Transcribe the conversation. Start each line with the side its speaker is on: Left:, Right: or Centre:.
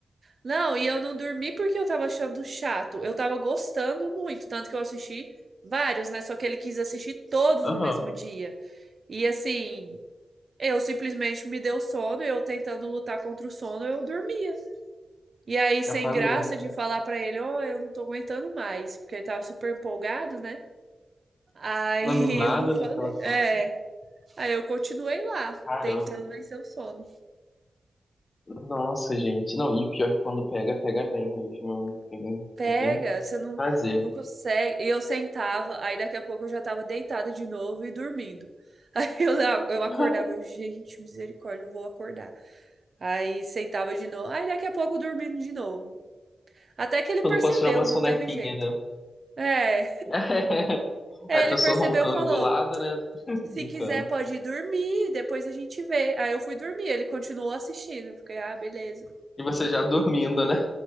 Right: Não, e eu não dormi porque eu tava achando chato. Eu tava gostando muito, tanto que eu assisti vários, né? Só que ele quis assistir todos
Left: aham,
Right: no mesmo dia. E assim, eu simplesmente me deu sono, eu tentando lutar contra o sono, eu dormia. E aí, sem
Left: me apagou,
Right: graça
Left: né?
Right: de falar pra ele, ó, eu não tô aguentando mais, porque ele tava super empolgado, né? Aí <laughs>
Left: Animado,
Right: eu não falei.
Left: né? Aquela coisa.
Right: É. Aí eu continuei lá,
Left: Caramba.
Right: tentando vencer o sono.
Left: Nossa, gente. Não, e pior é que quando pega, pega bem mesmo. Não tem,
Right: Pega,
Left: não tem o
Right: você
Left: que
Right: não,
Left: fazer.
Right: não consegue. E eu sentava, aí daqui a pouco eu já tava deitada de novo e dormindo. <laughs> Aí eu, eu acordava,
Left: <laughs>
Right: eu, gente, misericórdia, eu vou acordar. Aí sentava de novo, aí daqui a pouco dormindo de novo. Até que ele
Left: Quando
Right: percebeu,
Left: eu posso tirar uma sonequinha,
Right: não teve jeito.
Left: né?
Right: É,
Left: <laughs>
Right: é,
Left: Aí
Right: ele
Left: a pessoa
Right: percebeu,
Left: roncando
Right: falou:
Left: do lado, né?
Right: se
Left: Brincando.
Right: quiser pode ir dormir, depois a gente vê. Aí eu fui dormir, ele continuou assistindo. Eu fiquei, ah, beleza. <laughs>
Left: E você já dormindo, né?